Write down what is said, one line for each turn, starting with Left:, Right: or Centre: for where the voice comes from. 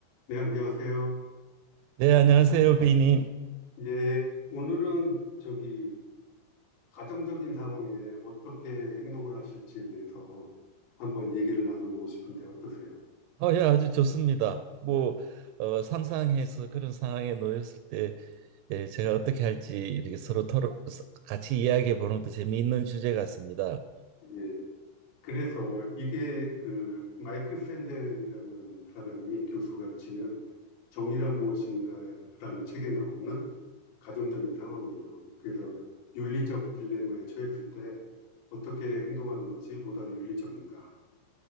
Left: 네, 안녕하세요.
Right: 네, 안녕하세요, 비님.
Left: 예, 오늘은 저기 가정적인 상황에 어떻게 행동을 하실지에 대해서 한번 얘기를 나눠보고 싶은데 어떠세요?
Right: 어, 예, 아주 좋습니다. 뭐 어, 상상해서 그런 상황에 놓였을 때 예, 제가 어떻게 할지 이렇게 서로 토론, 같이 이야기해 보는 것도 재미있는 주제 같습니다.
Left: 예, 그래서 이게 그 마이클 샌델이라는 사람이 교수가 지은 정의란 무엇인가라는 책에 나오는 가정적인 상황이에요. 그래서 윤리적 딜레마에 처했을 때 어떻게 행동하는 것이 보다 윤리적인가라는